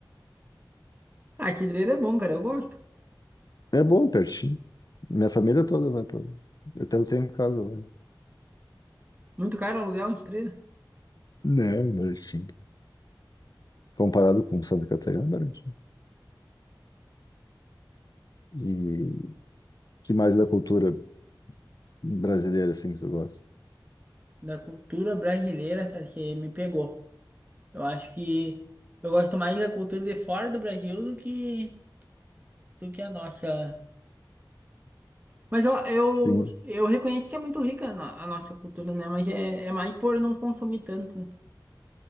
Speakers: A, on the right; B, on the left.
A: Ah, Cidreira é bom, cara, eu gosto.
B: É bom, pertinho. Minha família toda vai pra lá. Até eu tenho casa lá.
A: Muito caro aluguel em Cidreira.
B: Não, baratinho. Comparado com Santa Catarina, é baratinho. E que mais da cultura brasileira, assim, que tu gosta?
A: Da cultura brasileira, cara, que me pegou. Eu acho que eu gosto mais da cultura de fora do Brasil do que, do que a nossa. Mas eu, eu,
B: Sim,
A: eu reconheço que é muito rica na- a nossa cultura, né? Mas é, é mais por não consumir tanto, né?